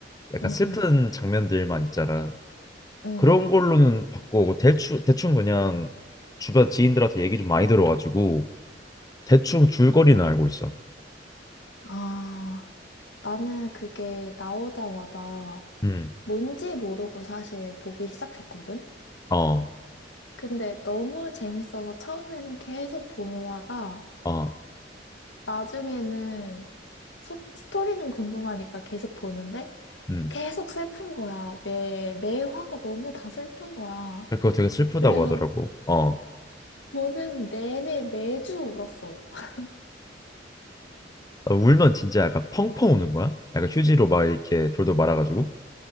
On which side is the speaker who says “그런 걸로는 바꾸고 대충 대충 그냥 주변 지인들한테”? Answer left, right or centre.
Left